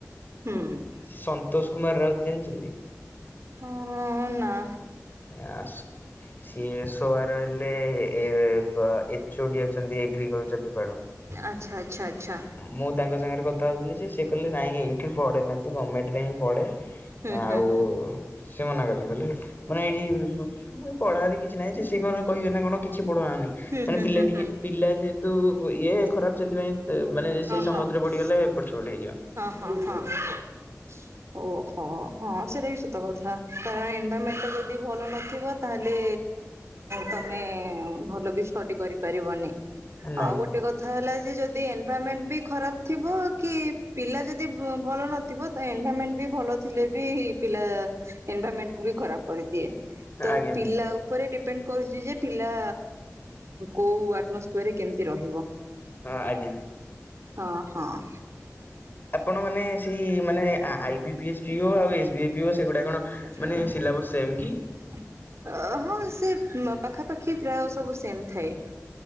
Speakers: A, on the right; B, on the left.
A: ହୁଁ
B: ସନ୍ତୋଷ କୁମାର ରାଉତ ଜାଣିଚନ୍ତି?
A: ହଁ ଉ ନାଁ।
B: ଏହାସ ସିଏ ସୋଆର ହେଲେ ଏ ପା ଏ ଏଚ୍ ଓ ଡି ଅଛନ୍ତି ଏଗ୍ରିକଲଚରଡ଼ି
A: ଆଚ୍ଛା ଆଚ୍ଛା ଆଚ୍ଛା।
B: ମୁଁ ତାଙ୍କ ସାଙ୍ଗରେ କଥା ହଉଥିଲିଯେ ସେ କହିଲେ ନାଇଁ ଏଇଠି ପଢ଼େନା ତୁ ଗଭର୍ଣ୍ଣମେଣ୍ଟରେ ହିଁ ପଢ଼େ।
A: ହୁଁ
B: ଆଉ
A: ହୁଁ ହୁଁ।
B: ସେମନା କଲେ କହିଲେ ମାନେ ଏଇଠି ପଢାରେ କିଛି ନାହିଁଯେ ସିଏ କଣ କହିବେନା କଣ କିଛି ପଢାହଉନି।
A: ହୁଁ
B: ମାନେ
A: ହୁଁ
B: ପିଲା
A: ହୁଁ
B: ଟିକେ
A: ହୁଁ
B: ପିଲା ଯେହେତୁ ଇଏ ଖରାପ୍ ସେଥିପାଇଁ ମାନେ ସେଇ ସଙ୍ଗତରେ
A: ହଁ
B: ପଡ଼ିଗଲେ ଏପଟସେପଟ ହେଇଯିବ।
A: ହଁ ହଁ ହଁ। ଓହୋ ହଁ ସେଇଟାବି ସତ କଥା କାରଣ ଏନଭାରମେଣ୍ଟ ଯଦି ଭଲ ନଥିବ ତାହେଲେ ତମେ ଭଲବି ଷ୍ଟଡି କରିପାରିବନି।
B: ନାଇଁ
A: ଆଉ ଗୋଟେ କ କଥା ହେଲା ଯେ ଯଦି ଏନଭାଇରମେଣ୍ଟ ବି ଖରାପ ଥିବ କି ପିଲା ଯଦି ଭଲ ନଥିବ। ଏନରମେଣ୍ଟ ବି ଭଲ ଥିଲେ ବି ପିଲା ଏନଭରମେଣ୍ଟକୁ ବି ଖରାପ କରିଦିଏ। ମାନେ ତ
B: ଆଜ୍ଞା
A: ପିଲା ଉପରେ ଡିପେଣ୍ଡ କରୁଛି ଯେ ପିଲା କୋଉ ଆଟମସଫିୟରରେ କେମିତି ରହିବ?
B: ହଁ ଆଜ୍ଞା।
A: ହଁ ହଁ
B: ଆପଣମାନେ ସେଇ ମାନେ I B P S P ହେ ଆଉ ଏସ୍ ବି ଆଇ ପିଓ ସେଗୁଡ଼ାକ କଣ?
A: ହ
B: ମାନେ ସିଲାବସ୍ ସେମ୍ କି?
A: ଅ ହଁ ସେ ପାଖାପାଖି ପ୍ରାୟ ସବୁ ସେମ୍ ଥାଏ।